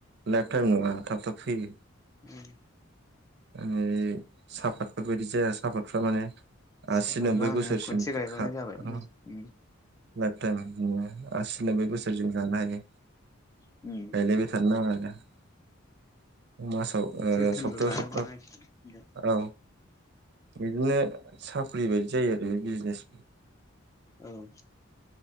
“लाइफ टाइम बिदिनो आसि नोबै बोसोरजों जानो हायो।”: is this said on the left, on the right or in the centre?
Right